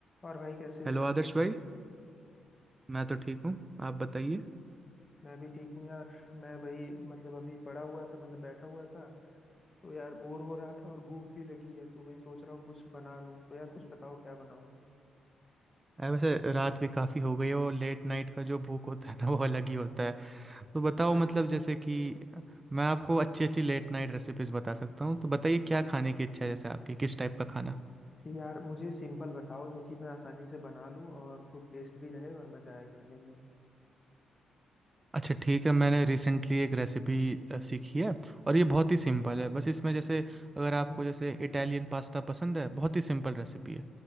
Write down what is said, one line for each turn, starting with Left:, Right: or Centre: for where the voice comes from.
Left: और भाई कैसे हो
Right: Hello Adarsh भाई मैं तो ठीक हूँ आप बताइए
Left: मैं भी ठीक हूँ यार मैं वही मतलब अभी पड़ा हुआ था मतलब बैठा हुआ था तो यार बोर हो रहा था और भूख भी लगी है तो वही सोच रहा हूँ कुछ बना लूँ तो यार कुछ बताओ क्या बनाऊँ
Right: अरे वैसे रात भी काफ़ी हो गई है वो लेट नाइट का जो भूख होता है ना वो अलग ही होता है तो बताओ
Left: हाँ यार
Right: मतलब जैसे कि मैं आपको अच्छी अच्छी लेट नाइट रेसिपीज़ बता सकता हूँ तो बताइए क्या खाने की इच्छा है जैसे आपकी किस टाइप का खाना
Left: यार मुझे सिंपल बताओ जो कि मैं आसानी से बना लूँ और खूब टेस्ट भी रहे और मजा आए खाने में
Right: अच्छा ठीक है मैंने रिसेंटली एक रेसिपी सीखी है और ये बहुत ही सिंपल है बस इसमें जैसे अगर आपको
Left: हम्म
Right: जैसे इटालियन पास्ता पसंद है बहुत ही सिंपल रेसिपी है